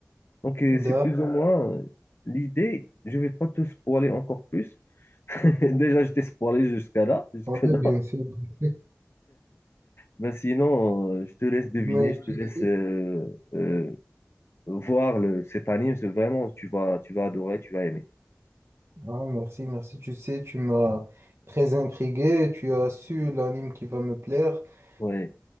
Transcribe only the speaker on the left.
Donc, euh, c'est
plus ou moins euh, l'idée. Je ne vais pas te spoiler encore plus, <laughs> Déjà, je t'ai spoilé jusqu'à là, jusque
là.
Ben sinon, euh, je te laisse deviner,
je te
laisse
euh, euh, voir le, cet anime. C'est vraiment, tu vas, tu vas adorer, tu vas aimer.
Oui,